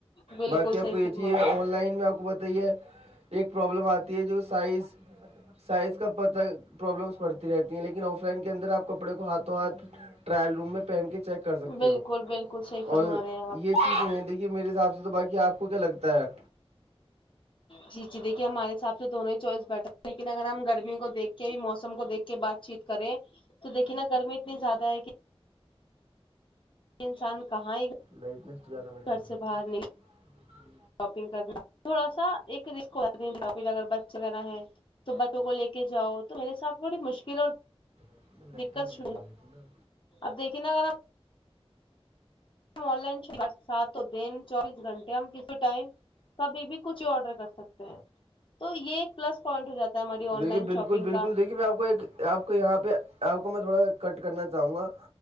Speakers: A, on the left (about 55°); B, on the right (about 80°).
A: بالکل
B: باقی
A: بالکل صحیح
B: آپ کو یہ
A: فرما
B: چیز
A: رہے ہیں
B: آن لائن میں آپ کو بتا یہ ایک پرابلم آتی ہے جو سائز سائز کا پت پرابلمس بڑتی رہتی ہیں لیکن آف لائن کے اندر آپ کپڑے کو ہاتھوں ہاتھ ٹرائل روم میں پین کے چیک کر سکتے
A: بالکل
B: ہو
A: بالکل صحیح فرما
B: اور
A: رہے ہیں
B: یہ
A: آپ
B: چیز ہیں دیکھیے میرے حساب سے تو باقی آپ کو کیا لگتا ہے
A: جی جی دیکھیے ہمارے ہساب سے دونوں ہی چوائس بیٹھر ہے لیکن اگر ہم گرمی کو دیکھ موسم کو دیک کے بات چیت کریں تو دیکھیے نا گرمی اتنی زیادہ ہے کہ انسان کہاں ہی
B: لائٹنس تو زیادہ بڑے لگ
A: گھر
B: رہی
A: سے باہر نکلیں
B: <inaudible>
A: شاپنگ کرنا تھوڑا سا ایک رسک ہو جاتا شپگ اگر بچے وغیرہ ہے تو بچوں کو لے کے جاؤ تو میرے ساتھ تھوڑی مشکل اور
B: تھی لائٹنگ
A: دقت
B: بڑھیا لگ رہی تھی نا
A: اب دیکھییں نا اگر آپ آن لائن ش سات دن چوبیس گھنٹے ہم کسی ٹائم کبھی بھی کچھ ہی آڈر کر سکتے ہیں تو یہ ایک پلس پوائنٹ ہو جاتا ہے ہماری آن
B: دیکھیے
A: لائن
B: بالکل
A: شاپنگ
B: بالکل
A: کا
B: دیکھیے میں آپ کو ایک آپ کو یہاں پہ آپ کو میں تھوڑا سا کٹ کرنا چاہوں گا